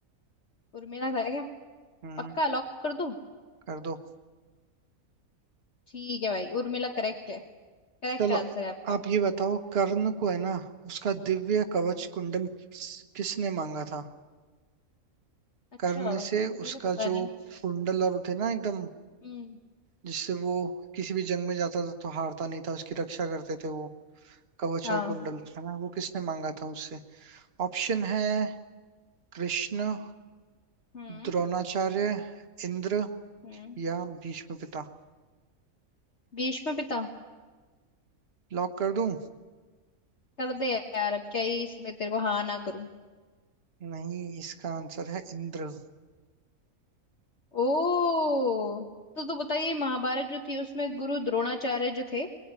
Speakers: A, on the left; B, on the right.
A: उर्मिला था क्या
B: हम्म
A: पक्का लॉक कर दूं
B: कर दो
A: ठीक है भाई उर्मिला करेक्ट है करेक्ट
B: चलो
A: आंसर है आपका
B: आप ये बताओ कर्ण को है ना उसका दिव्य कवच कुंडल किस- किसने मांगा था
A: अच्छा
B: कर्ण से
A: ये
B: उसका
A: तो पता
B: जो
A: नहीं
B: कुंडल और थे ना एकदम
A: हम्म
B: जिससे वो किसी भी जंग में जाता था तो हारता नहीं था उसकी रक्षा करते थे वो कवच
A: हाँ
B: और कुंडल है ना वो किसने मांगा था उससे ऑप्शन है कृष्ण
A: हम्म
B: द्रोणाचार्य इंद्र
A: हम्म
B: या भीष्म पिता
A: भीष्म पिता
B: लॉक कर दूं
A: कर दे यार अब क्या ही इसमें तेरे को हाँ ना करूं
B: नहीं इसका आंसर है इंद्र
A: ओ तो तो बताइए महाभारत जो थी उसमें गुरु द्रोणाचार्य जो थे